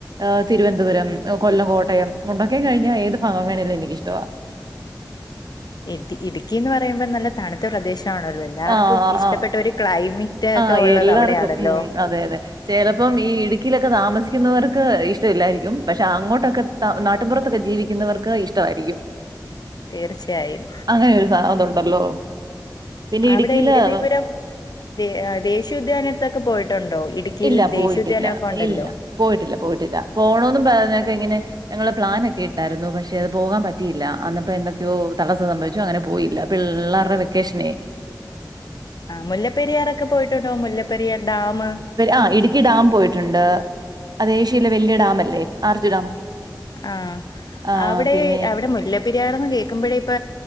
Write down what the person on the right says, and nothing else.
ഏഹ് തിരുവനന്തപുരം, കൊല്ലം, കോട്ടയം, മുണ്ടക്കെെ കഴിഞ്ഞാ ഏത് ഫാഗം വേണേലും എനിക്കിഷ്ട്ടവാ.
ആഹ്
ആഹ്
ആഹ്
എല്ലാർക്കും
ഉം അതെ അതെ ചെലപ്പം ഈ ഇടുക്കിയിലൊക്കെ താമസിക്കുന്നവർക്ക് ഇഷ്ടമില്ലായിരിക്കും. പക്ഷെ അങ്ങോട്ടൊക്കെ. ത നാട്ടിൻപുറത്തൊക്കെ ജീവിക്കുന്നവർക്ക് ഇഷ്ടവായിരിക്കും.
അങ്ങനെ ഒരു സാതുണ്ടല്ലോ പിന്നെ ഇടുക്കിയിലവ.
ഇല്ല പോയിട്ടില്ല.
ഇല്ല. പോയിട്ടില്ല പോയിട്ടില്ല പോണന്ന് പറഞ്ഞക്ക ഇങ്ങനെ. ഞങ്ങളെ പ്ലാനൊക്കെ ഇട്ടായിരുന്നു. പക്ഷെ അത് പോകാൻ പറ്റിയില്ല അന്നപ്പോ എന്തൊക്കെയോ തടസ്സ സംഭവിച്ചു അങ്ങനെ പോയില്ല. പിള്ളേരുടെ വെക്കേഷനെ.
ആഹ് ഇടുക്കി ഡാം പോയിട്ടുണ്ട്. അത് ഏഷ്യയിലെ വലിയ ഡാം അല്ലേ ആർജു ഡാം.
ആ
പിന്നെ